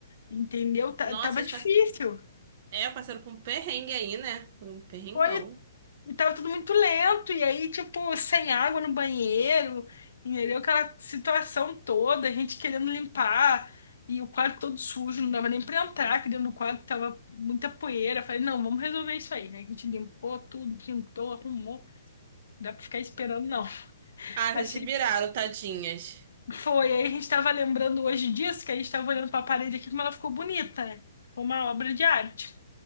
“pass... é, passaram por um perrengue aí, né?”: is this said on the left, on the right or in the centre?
Right